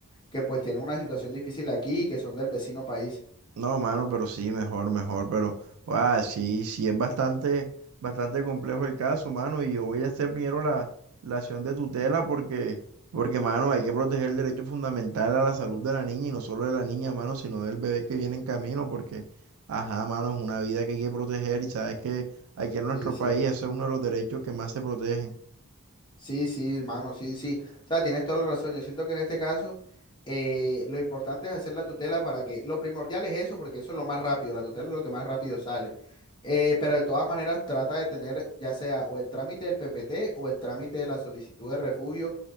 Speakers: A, on the left (about 20°); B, on the right (about 75°).
A: que pues tienen una situación difícil aquí y que son del vecino país.
B: No, mano, pero sí, mejor, mejor, pero ah, sí, sí, es bastante, bastante complejo el caso, mano, y yo voy a hacer primero la, la acción de tutela porque, porque, mano, hay que proteger el derecho fundamental a la salud de la niña y no solo de la niña, mano, sino del bebé que viene en camino, porque, ajá, mano, es una vida que hay que proteger y sabes que aquí en nuestro
A: Sí, sí.
B: país ese es uno de los derechos que más se protegen.
A: Sí, sí, hermano, sí, sí. O sea, tienes toda la razón. Yo siento que en este caso eh, lo importante es hacer la tutela para que, lo primordial es eso, porque eso es lo más rápido, la tutela es lo que más rápido sale. Eh, pero de todas maneras trata de tener ya sea o el trámite del PPT o el trámite de la solicitud de refugio